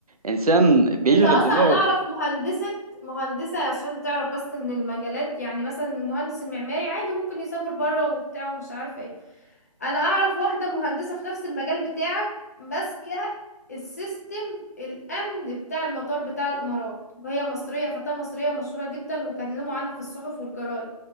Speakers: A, on the right (about 80°); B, on the left (about 25°).
A: انسان بيشغل
B: انت اصلا
A: دماغه
B: انا اعرف مهندسة مهندسة عشان تعرف بس ان المجالات يعني مثلا المهندس المعماري عادي ممكن يسافر بره وبتاع ومش عارفة ايه انا اعرف واحدة مهندسة في نفس المجال بتاعك ماسكة السيستم الامن بتاع المطار بتاع الامارات وهي مصرية فتاة مصرية ومشهورة جدا وكلموا عنها في الصحف والجرايد